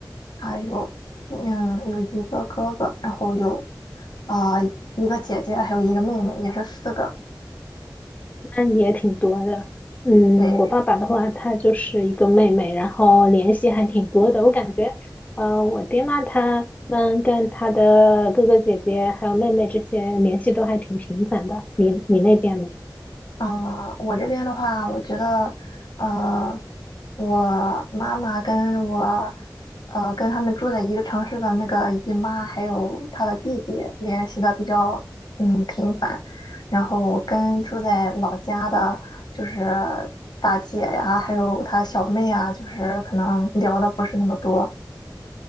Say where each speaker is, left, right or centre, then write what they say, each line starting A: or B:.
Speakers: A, on the left; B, on the left.
A: 他有，嗯，有一个哥哥，然后有啊、一个姐姐，还有一个妹妹，也是四个。
B: 那你也挺多的。嗯，
A: 对，
B: 我爸爸的话，他就是一个妹妹，然后联系还挺多的。我感觉，呃，我爹妈他们跟他的哥哥姐姐还有妹妹这些联系都还挺频繁的。你你那边呢？
A: 呃，我这边的话，我觉得，呃，我妈妈跟我，呃，跟他们住在一个城市的那个姨妈，还有她的弟弟联系的比较，嗯，频繁。然后跟住在老家的，就是大姐呀，还有她小妹啊，就是可能聊的不是那么多。